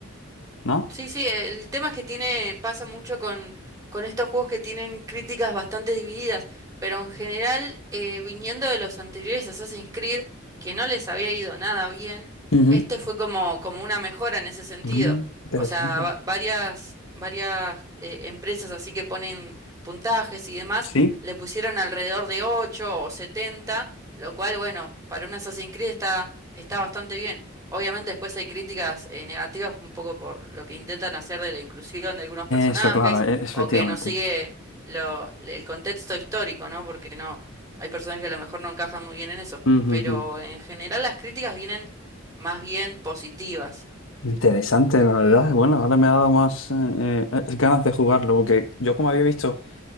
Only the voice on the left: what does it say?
¿no?
Ujú.
Mm, interesante.
Sí,
eso, claro, e- efectivamente.
Ujú,
ujú.
Interesante, la verdad. Bueno, ahora me ha dado más eh, eh, ganas de jugarlo, porque yo como había visto